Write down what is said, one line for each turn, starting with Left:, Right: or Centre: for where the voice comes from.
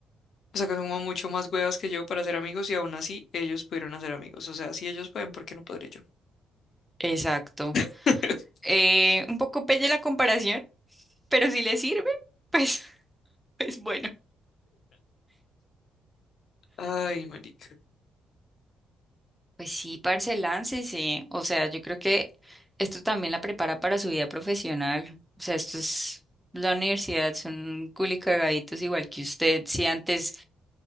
Left: O sea, que son como mucho más huevas que yo para ser amigos y aún así ellos pudieron hacer amigos. O sea, si ellos pueden, ¿por qué no podré yo?
Centre: Exacto.
Left: <laughs>
Centre: Eh, un poco pelle la comparación, pero si le sirve, pues, <laughs> pues bueno.
Left: Ay, marica.
Centre: Pues sí, parce, láncese. O sea, yo creo que esto también la prepara para su vida profesional. O sea, esto es la universidad, son culicagaditos igual que usted. Si antes,